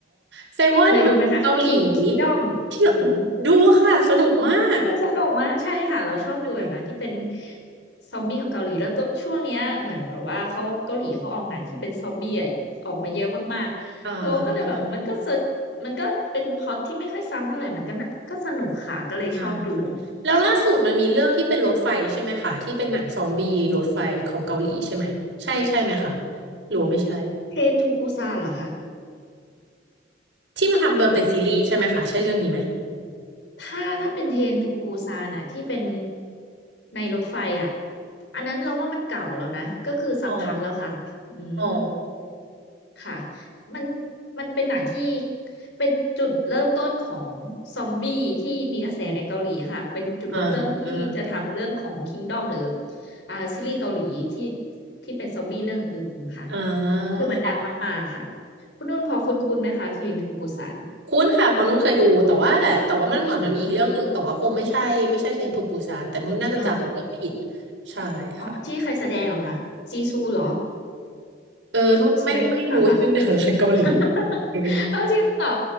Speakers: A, on the right; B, on the left.
A: แสดงว่ามันเกาหลี
B: เคยดูไหมคะ King Kingdom
A: ที่
B: อืม
A: ดูค่ะสนุกมาก
B: เออสนุกมากใช่ค่ะเราชอบดูแบบนั้นที่เป็น
A: ใช่
B: ซอมบี้ของเกาหลีแล้วตัวช่วงเนี้ยเหมือนแบบว่าเขาเกาหลีเขาออกหนังที่เป็นซอมบี้อะออกมาเยอะมากๆเราก็เลยแบบมันก็สนมันก็เป็นพล็อตที่ไม่ค่อยซ้ำเท่าไหร่มันก็น่าก็สนุกค่ะก็เลยชอบดู
A: อ่า อ่าแล้วล่าสุดมันมีเรื่องที่เป็นรถไฟใช่ไหมคะที่เป็นหนังซอมบี้รถไฟของเกาหลีใช่ไหมใช่ใช่ไหมคะหรือว่าไม่ใช่
B: เทรนทูปูซานเหรอคะ
A: ที่มันทำเป็นซีรีส์ใช่ไหมคะใช่เรื่องนี้ไหม
B: หรือว่าไงถ้าถ้าเป็นเทรนทูปูซานอะที่เป็นในรถไฟอะอันนั้นเราว่ามันเก่าแล้วนะก็คือสักพักแล้วค่ะอืม
A: อ๋ออ๋อ
B: ค่ะมันมันเป็นหนังที่เป็นจุดเริ่มต้นของซอมบี้ที่มีกระแสในเกาหลีค่ะเป็นจุดเริ่มต้นที่จะทำเรื่องของ
A: อ่าอ่า
B: Kingdom หรืออ่าซีรีส์เกาหลีที่ที่เป็นซอมบี้เรื่องอื่นค่ะ
A: อ่า
B: คือมันดังมากๆค่ะ
A: ค่ะ
B: คุณนุ่นพอคุณคุณไหมคะเทรนทูปูซาน
A: คุ้นค่ะเพราะนุ่นเคยดูแต่ว่าแต่ว่ามันเหมือนมันมีอีกเรื่องหนึ่งแต่ว่าคงไม่ใช่ไม่ใช่เทรนทูปูซานแต่นุ่นน่าจะจำเรื่องผิด
B: อืมอ่า
A: ใช่ค่ะ
B: อ๋อที่ใครแสดงเหรอคะจีซูเหรอ
A: เออนุ่นไม่ไม่รู้ชื่อดาราเกาหลี
B: จีซูแบ็คพิงค์เหรอคะ <laughs>
A: เลย
B: เอาจริงเหรอ